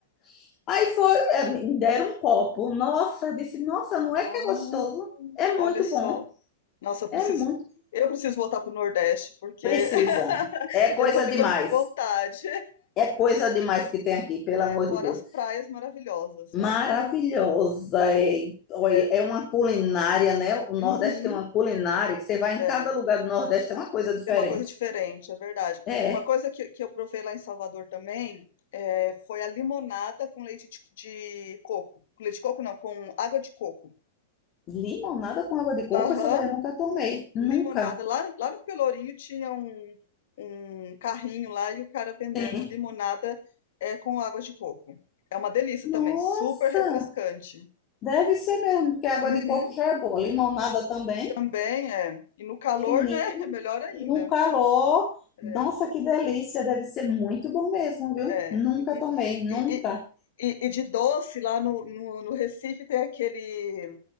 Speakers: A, on the left; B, on the left.
A: <laughs> Aí foi, é, me deram um copo. Nossa, eu disse, nossa, não é
B: Ah,
A: que é gostoso? É
B: olha
A: muito
B: só.
A: bom,
B: Nossa, eu preciso,
A: é muito.
B: eu preciso voltar pro Nordeste, porque
A: Precisa.
B: <laughs>
A: É coisa
B: já tô ficando
A: demais.
B: com vontade.
A: É coisa demais que tem aqui, pelo
B: É,
A: amor
B: fora
A: de Deus.
B: as praias maravilhosas,
A: Maravilhosa,
B: né?
A: é, olha,
B: É,
A: é uma culinária, né? O Nordeste
B: uhum,
A: tem uma culinária que você vai em
B: é,
A: cada lugar do Nordeste, é uma coisa diferente.
B: tem uma coisa diferente, é verdade.
A: É,
B: Uma coisa que, que eu provei lá em Salvador também é, foi a limonada com leite de, de coco. Com Leite de coco não, com água de coco.
A: limonada com água de coco,
B: Aham,
A: essa daí eu nunca tomei, nunca.
B: limonada. Lá, lá no Pelourinho tinha um, um carrinho lá e o cara vendendo
A: Tem.
B: limonada é, com água de coco. É uma delícia
A: Nossa,
B: também, super refrescante.
A: deve ser mesmo, porque a água
B: Uhum,
A: de coco já é boa, limonada também.
B: também é. E no calor,
A: Menino,
B: né? <laughs> É melhor ainda.
A: no calor,
B: É.
A: nossa, que delícia, deve ser muito bom mesmo, viu?
B: é.
A: Nunca
B: uhum.
A: tomei, nunca.
B: E, e, e- e de doce, lá no, no, no Recife tem aquele,